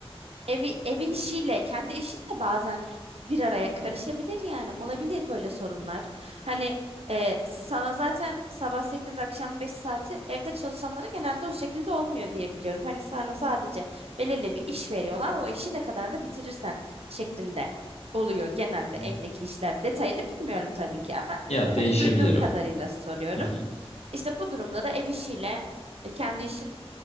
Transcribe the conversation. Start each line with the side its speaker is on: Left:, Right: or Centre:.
Right: Evi, evin işiyle kendi işin de bazen bir araya karışabilir yani olabilir böyle sorunlar. Hani e, sana zaten sabah 8 akşam 5 saati evde çalışanlara genelde o şekilde olmuyor diye biliyorum. Hani sana sadece belirli bir iş veriyorlar o işi ne kadar da bitirirsen şeklinde oluyor genelde
Left: Y-
Right: evdeki işler. Detayını bilmiyorum tabii ki ama
Left: Ya
Right: hani
Left: değişebilir
Right: duyduğum kadarıyla
Left: o.
Right: soruyorum.
Left: Hı hı.
Right: İşte bu durumda da ev işiyle e, kendi işin